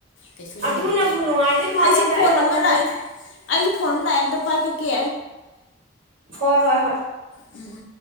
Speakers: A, on the left (about 75°); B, on the right (about 60°).
A: ꯀꯩꯁꯨ
B: ꯑꯗꯨ
A: ꯍꯦꯟꯅ ꯍꯦꯛꯇ
B: ꯅꯕꯨ ꯅꯨꯡꯉꯥꯏꯗꯨꯏ ꯃꯥꯂꯦꯗ
A: ꯑꯩꯁꯦ ꯐꯣꯟ
B: ꯑꯩ ꯋꯥꯈꯟꯗꯗꯤ꯫
A: ꯑꯃ ꯂꯥꯛꯑꯦ ꯑꯩꯒꯤ ꯐꯣꯟ ꯑꯃ ꯂꯥꯛꯑ ꯑꯝꯇ ꯄꯥꯏꯈꯛꯀꯦ
B: ꯍꯣꯏ ꯍꯣꯏ ꯍꯣꯏ
A: <unintelligible> ꯎꯝ ꯎ